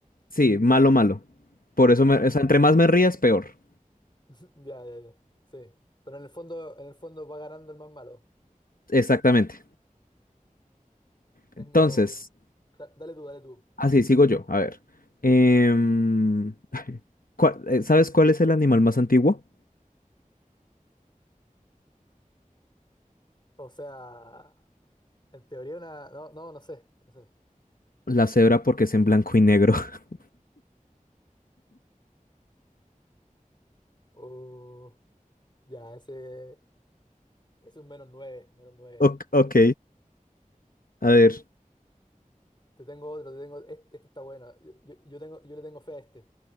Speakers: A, on the left (about 85°); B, on the left (about 35°).
A: Sí, malo, malo. Por
B: Ya,
A: eso, me- o sea, entre más me rías, peor.
B: <laughs> Ya, ya, ya. Sí. Pero en el fondo, en el fondo va ganando el más malo.
A: Exactamente.
B: Tengo.
A: Entonces,
B: da- dale tú, dale tú.
A: así sigo yo. A ver. Em, ¿cuál- eh, ¿sabes cuál es el animal más antiguo?
B: O sea, en teoría una. No, no, no sé. No sé.
A: La cebra porque es en blanco y negro. <laughs>
B: Uh, ya, ese es un menos nueve, menos nueve.
A: Ok, ok. A ver,
B: Te tengo otro, te tengo. Este, este está bueno. Yo, yo- yo tengo, yo le tengo fe a este.